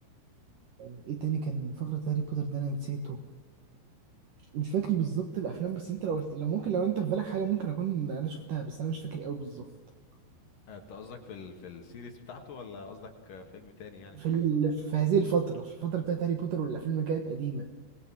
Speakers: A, on the right; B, on the left.
A: آه، ايه تاني كان فقره هاري بوتر ده انا نسيته مش فاكر بالظبط الافلام بس انت لو لو ممكن لو انت في بالك حاجه ممكن اكون انا شفتها بس انا مش فاكر قوي بالظبط
B: آه، انت قصدك في ال... في السيريز بتاعته ولا قصدك آه، فيلم تاني يعني
A: في ال... في هذه الفتره في الفتره بتاعت هاري بوتر والافلام اللي كانت قديمه